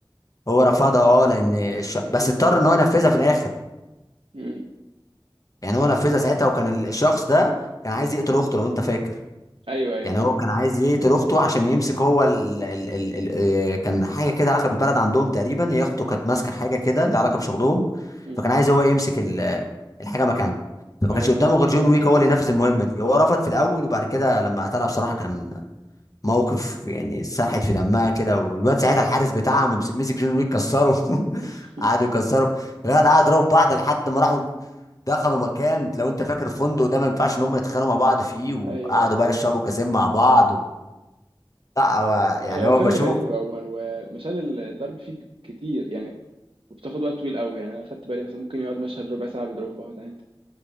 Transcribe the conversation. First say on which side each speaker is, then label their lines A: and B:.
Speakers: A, on the left (about 40°); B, on the right (about 85°).
A: هو رفضها اه لان الش...
B: كانش
A: بس
B: ينفع
A: اضطر
B: يرفض
A: ان هو ينفذها في الاخر
B: مم.
A: يعني هو نفذها ساعتها وكان ال- الشخص ده كان عايز يقتل اخته لو انت فاكر
B: ايوه ايوه
A: يعني
B: انا
A: هو
B: عارف.
A: كان عايز يقتل اخته عشان يمسك هو ال ال ال ال آه، كان حاجه كده علاقه بالبلد عندهم تقريبا هي اخته كانت ماسكه حاجه كده لها علاقه بشغلهم
B: مم.
A: فكان عايز هو يمسك ال- آه، الحاجه مكانها فما
B: ايوه
A: كانش قدامه غير جون ويك هو اللي ينفذ المهمه دي هو رفض في الاول وبعد كده لما قتلها بصراحه كان موقف يعني ساحت في دمها كده والواد ساعتها الحارس بتاعها مس- مسك جون ويك كسره <laughs>
B: <laughs>
A: قعدوا يكسروا الولد قعد يضربوا في بعض لحد ما راحوا دخلوا مكان لو انت فاكر فندق ده ما ينفعش ان هم يتخانقوا مع بعض فيه وقعدوا
B: ايوه
A: بقى يشربوا كاسين مع بعض و... لا هو يعني
B: هو
A: هو
B: فيلم
A: بشوفه
B: غريب عموما ومشاهد الضرب فيه كتير يعني وبتاخد وقت طويل قوي يعني انا خدت بالي مثلا ممكن يقعد مشهد ربع ساعه بيضرب في واحد عادي